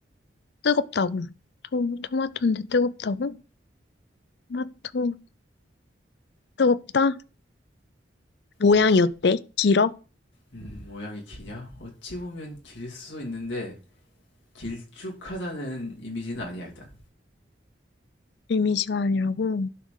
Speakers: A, on the left; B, on the left.
A: 뜨겁다고. 토, 토마토인데 뜨겁다고? 토마토, 뜨겁다? 모양이
B: 그렇지.
A: 어때? 길어?
B: 음, 모양이 기냐? 어찌 보면 길 수도 있는데 길쭉하다는 이미지는 아니야, 일단.
A: 일미시간이라고.